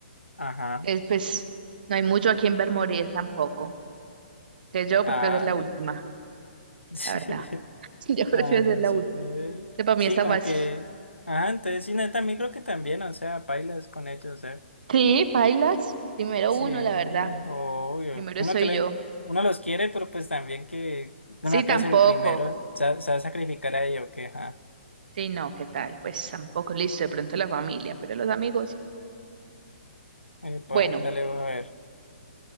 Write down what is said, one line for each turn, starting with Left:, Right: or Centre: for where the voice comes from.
Left: ajá,
Right: Entonces, pues, no hay mucho a quien ver morir tampoco. Ya yo
Left: ah,
Right: prefiero ser la última,
Left: <laughs>
Right: la verdad. <laughs> Yo
Left: ah,
Right: prefiero
Left: no,
Right: ser la
Left: súper.
Right: última. Este para
Left: Sí,
Right: mí está
Left: como
Right: fácil.
Left: que, ajá, entonces sí, no también creo que también, o sea, bailas con ellos,
Right: Sí, bailas. Primero
Left: Sí,
Right: uno, la verdad.
Left: obvio.
Right: Primero
Left: Uno
Right: soy
Left: que la-
Right: yo.
Left: uno los quiere, pero pues también que uno
Right: Sí,
Left: acá
Right: tampoco.
Left: es el primero. Se va se va a sacrificar a ello, que ajá.
Right: Sí, no, ¿qué tal? Pues tampoco, listo, de pronto la familia, pero los amigos.
Left: Epa,
Right: Bueno,
Left: dale, voy a ver.